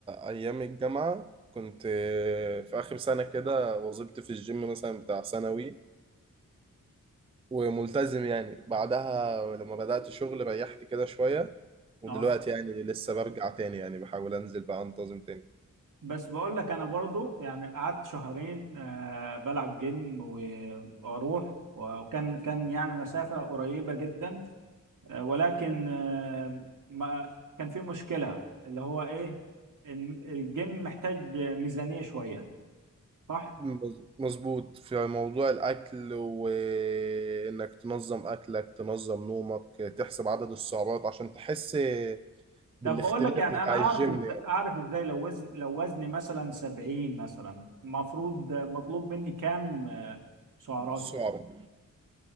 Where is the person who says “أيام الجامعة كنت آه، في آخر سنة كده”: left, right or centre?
Right